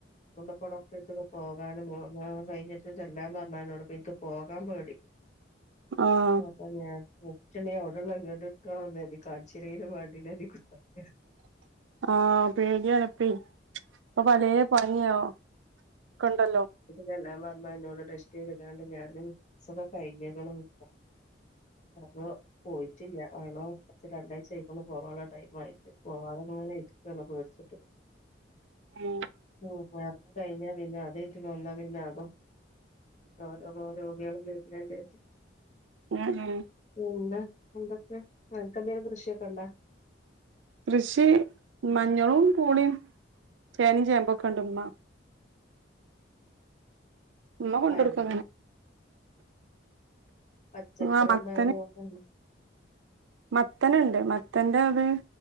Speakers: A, on the left; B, on the right.
A: കൊണ്ട്പ്പൊ ഡോക്ടറെട് ത്ത്ക്ക് പോകാനും മോ മോം കഴിഞ്ഞിട്ട് ചെല്ലാൻ പറഞ്ഞാ ന്നോട് പിൻക് പോകാൻ പേടി
B: ആഹ്
A: അപിന്നെ ഞാൻ <unintelligible> അവിടെള്ള വെട്ക്കോന്നെര്തി കാൺച്ച്ലേലും വാണ്ടില്ലാ ര്തി കുത്ത്ർക്കാ <inaudible>
B: ആഹ് പേടിയാണ്പ്പെയ് പ്പൊ പലേ പനിയോ ഒക്ക ണ്ടല്ലോ
A: ചെല്ലാം പറഞ്ഞാ ന്നോട് ടെസ്റ്റെയ്ത് ക്കാണ്ട് ഞാന് സ് <unintelligible> കഴിഞ്ഞ്ക്ക്ണ് പ്പൊ അപ്പൊ പോയിറ്റ്ല്യ ആണോ പ്പൊ ച്ച് രണ്ടാഴ്ച ആയിട്ടൊള്ളു പോവാന്അ ടൈം ആയ് ട്ട് പോവാതങ്ങനെ ഇരിക്കാണ് അത്പേടിച്ചിട്ട് മോ <unintelligible>
B: ഉം
A: കഴിഞ്ഞ പിന്നെ അത് ഇത്‌ <unintelligible> പിന്നെ അപ്പൊ ഓരോവോരോഗിയാള് വെര്ണല്ലേ ച്ച്
B: എഹ് ഏഹ്
A: പിന്നെ എന്തൊക്കെ അൻക്ക്ന്തേിലും കൃഷിയൊക്കെ ഉണ്ടാ
B: കൃഷി മഞ്ഞളും പൂളീം ചേനിം ചേമ്പൊക്കെണ്ട് മ്മ മ്മ കൊണ്ടൊക്കുംങ്ങനെ
A: പഴങ്ങളും പച്ചക്കറിം
B: ആഹ് മത്തന്
A: പയാറു ഒക്കെണ്ട്
B: മത്തന്ണ്ട് മത്തൻന്റെ അത്